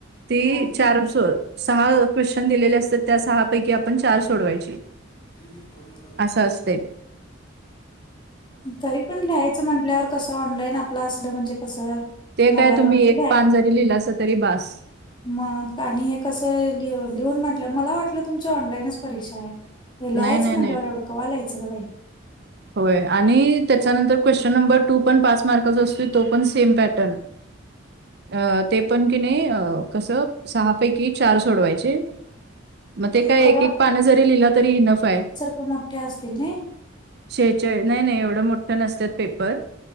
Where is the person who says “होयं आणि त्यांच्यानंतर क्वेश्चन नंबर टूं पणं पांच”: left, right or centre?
Right